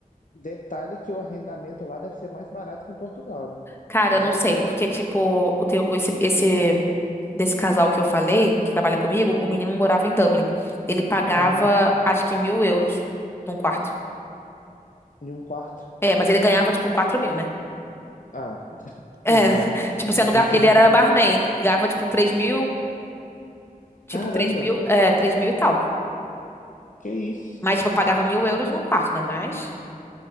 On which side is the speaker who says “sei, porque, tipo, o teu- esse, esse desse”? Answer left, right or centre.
Left